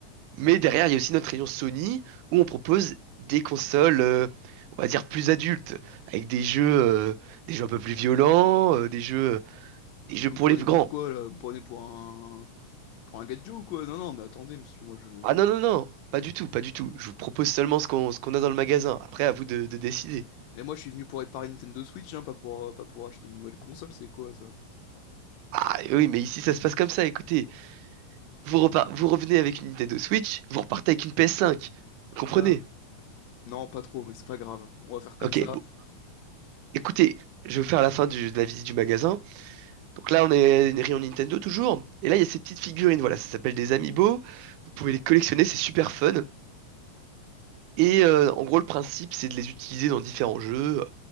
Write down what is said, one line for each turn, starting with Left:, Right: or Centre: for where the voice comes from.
Right: Mais derrière, il y a aussi notre rayon Sony où on propose des consoles, euh, on va dire plus adultes, avec des jeux, euh, des jeux un peu plus violents, euh, des jeux, des jeux
Left: vous
Right: pour
Left: me prenez
Right: les plus
Left: pour
Right: grands.
Left: quoi, là? Vous me prenez pour un... Pour un gadget ou quoi? Non, non, mais attendez, monsieur, moi je...
Right: Ah non, non, non, pas du tout, pas du tout. Je vous propose seulement ce qu'on ce qu'on a dans le magasin. Après, à vous de, de décider.
Left: Et moi, je suis venu pour réparer une Nintendo Switch, hein, pas pour, pas pour acheter une nouvelle console, c'est quoi, ça?
Right: Ah oui, mais ici, ça se passe comme ça. Écoutez, vous repar- vous revenez avec une Nintendo Switch, vous repartez avec une PS5. Vous comprenez?
Left: Ah, non, pas trop, mais c'est pas grave. On va faire comme
Right: Ok,
Left: ça.
Right: bon, écoutez, je vais vous faire la fin du- de la visite du magasin. Donc là, on est une rayon Nintendo toujours. Et là, il y a ces petites figurines. Voilà, ça s'appelle des amiibo. Vous pouvez les collectionner, c'est super fun. Et euh, en gros, le principe, c'est de les utiliser dans différents jeux, euh,